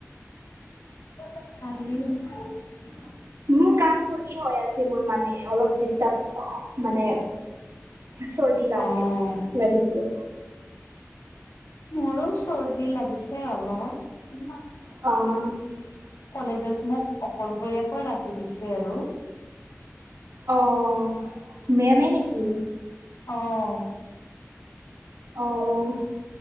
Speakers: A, on the left; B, on the right.
A: <unintelligible>
B: মোৰ কা চৰ্দি হৈ আছে মোৰ মানে অলপ ডিষ্টাৰ্ব মানে চৰ্দি লাগে
A: অ',
B: লাগিছে।
A: মোৰো চৰ্দি লাগিছে অলপ।
B: অ',
A: কলেজত মোক অকল শৰীয়াকৈ ৰাখি দিছে আৰু।
B: অ', মেমে নেকি?
A: অ',
B: অ',